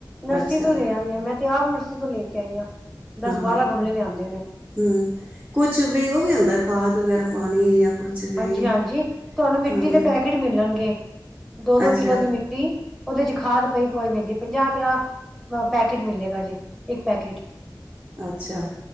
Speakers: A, in the centre; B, on the right.
A: ਨਰਸਰੀ
B: ਅੱਛਾ
A: ਤੋਂ ਹੀ ਲੈ ਆਂਨੇ ਆਂ, ਮੈਂ ਤੇ ਆਪ ਨਰਸਰੀ ਤੋਂ ਲੈ ਕੇ ਆਈ ਹਾਂ। ਦਸ
B: ਹਾਂ।
A: ਬਾਰਾਂ ਗਮਲੇ ਲਿਆਂਦੇ ਨੇ
B: ਹਮ, ਕੁਛ ਵੀ ਓ ਵੀ ਹੁੰਦਾ, ਖਾਦ ਵਗੈਰਾ ਪਾਣੀ ਯਾ ਕੁਛ ਵੀ
A: ਹਾਂਜੀ- ਹਾਂਜੀ, ਤੁਆਨੂੰ ਮਿੱਟੀ
B: ਖਾਣ
A: ਦੇ
B: ਦਾ।
A: ਪੈਕੇਟ ਮਿਲਣਗੇ, ਦੋ- ਦੋ
B: ਅੱਛਾ
A: ਕਿੱਲੋ ਦੀ ਮਿੱ ਟੀ, ਓਦੇ ਚ ਖਾਦ ਪਈ ਪੁਆਈ ਮਿਲਦੀ, ਪੰਜਾਹ ਰਪਏ ਦਾ ਪੈਕੇਟ ਮਿਲੇਗਾ ਜੇ ਇੱਕ ਪੈਕੇਟ
B: ਅੱਛਾ,